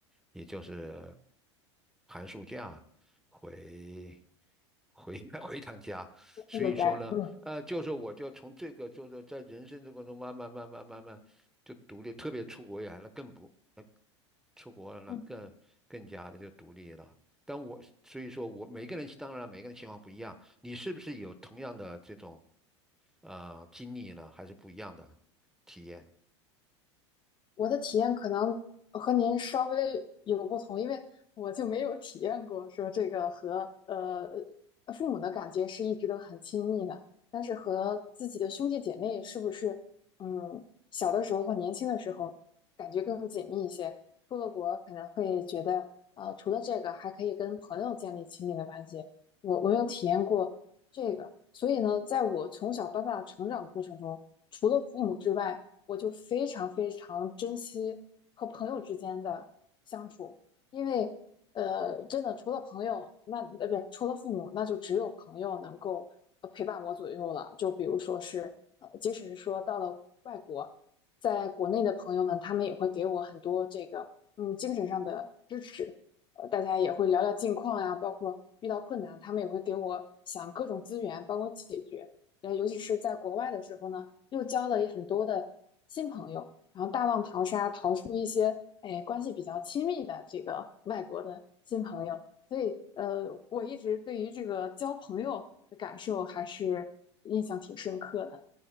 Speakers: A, in the centre; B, on the left.
A: 也就是寒暑假回回 <laughs> 回一趟家。所以说呢，
B: 这个家，嗯。
A: 呃，就是我就从这个，就是在人生这过程中慢慢慢慢慢慢就独立，特别出国远那更不，那出国了那更更加的就独立了。
B: 嗯
A: 但我所以说我每个人当然每个人情况不一样，你是不是有同样的这种呃经历了还是不一样的体验？
B: 我的体验可能和您稍微有不同，因为我就没有体验过说这个和呃父母的感觉是一直都很亲密的，但是和自己的兄弟姐妹是不是嗯小的时候或年轻的时候感觉更紧密一些？出了国可能会觉得呃除了这个还可以跟朋友建立亲密的关系，我我没有体验过这个，所以呢，在我从小到大的成长过程中，除了父母之外。我就非常非常珍惜和朋友之间的相处，因为呃，真的除了朋友，那呃不是除了父母，那就只有朋友能够呃陪伴我左右了。就比如说是呃，即使是说到了外国，在国内的朋友们，他们也会给我很多这个嗯精神上的支持，呃，大家也会聊聊近况呀，包括遇到困难，他们也会给我想各种资源，帮我解决。呃，尤其是在国外的时候呢。又交了很多的新朋友，然后大浪淘沙，淘出一些哎关系比较亲密的这个 <laughs> 外国的新朋友。所以呃，我一直对于这个交朋友的感受还是印象挺深刻的。